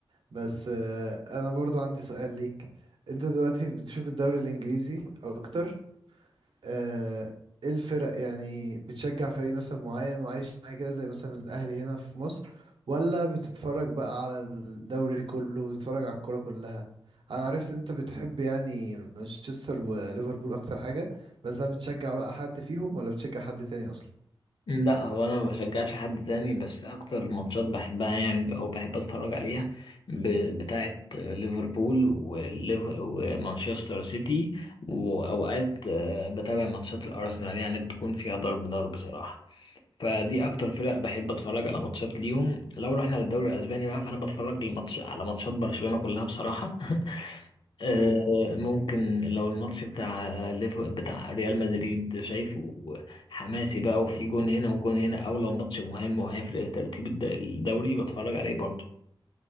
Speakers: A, on the right; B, on the left.
A: بس آه، انا برضو عندي سؤال ليك انت دلوقتي بتشوف الدوري الانجليزي اكتر آه، ايه الفرق يعني بتشجع فريق مثلا معين وعايش معاه كده زي مثلا الاهلي هنا في مصر ولا بتتفرج بقى على الدوري كله بتتفرج على الكرة كلها انا عرفت ان انت بتحب يعني مانشستر وليفربول اكتر حاجة بس هل بتشجع بقى حد فيهم ولا بتشجع حد تاني اصلا
B: لا هو انا ما بشجعش حد تاني بس اكتر ماتشات بحبها يعني او بحب اتفرج عليها ب- بتاعه ليفربول وليف- ومانشستر سيتي واوقات آه، بتابع ماتشات الارسنال يعني بتكون فيها ضرب نار بصراحه فدي اكتر
A: مم.
B: فرق بحب اتفرج على ماتشات ليهم لو رحنا للدوري الاسباني بقى فانا بتفرج لماتش على ماتشات برشلونه كلها بصراحه <laughs> آه،
A: ايوه
B: ممكن لو الماتش بتاع ليف- بتاع ريال مدريد شايفه حماسي بقى وفي جون هنا وجون هنا او لو ماتش مهم وهيفرق في ترتيب الد- الدوري بتفرج عليه برضه